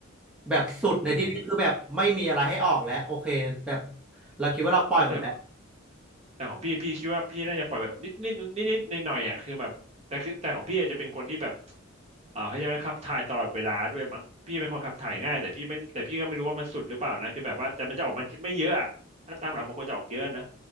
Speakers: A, in the centre; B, on the right.
A: แบบสุดในที่นี้คือแบบไม่มีอะไรให้ออกแล้วโอเคแบบ
B: โอ้ยแต่
A: เราคิดว่าเราปล่อยหมดแล้ว
B: โอ้ยแต่ของแต่ของพี่พี่คิดว่าพี่น่าจะปล่อยแบบนิดนิดนิดนิดหน่อยหน่อยอ่ะคือแบบแต่คือแต่ของพี่อาจจะเป็นคนที่แบบอ่าเขาจะขับถ่ายตลอดเวลาด้วยมั้งพี่เป็นคนขับถ่ายง่ายแต่พี่ไม่แต่พี่ก็ไม่รู้ว่ามันสุดหรือเปล่านะคือแบบว่าแต่มันจะออกมาไม่เยอะอะถ้าตามหลักมันควรจะออกเยอะนะ